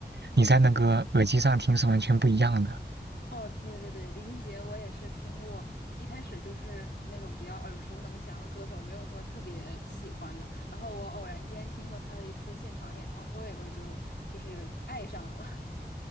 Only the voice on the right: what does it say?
你在那个耳机上听是完全不一样的。